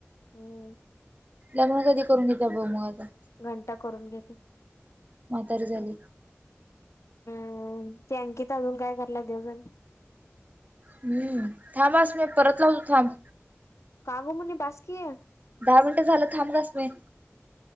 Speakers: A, on the left; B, on the right.
A: हम्म
B: लग्न कधी करून घेत बघ मग आता
A: घंटा करून घेते
B: म्हातारी झाली
A: हम्म ते अँकित अजून काय कला दिवजन
B: हम्म थांबांस मी परत लावतो थांब
A: का ग म्हणे बास की
B: दहा मिनटं झालं थांब ग अस्मि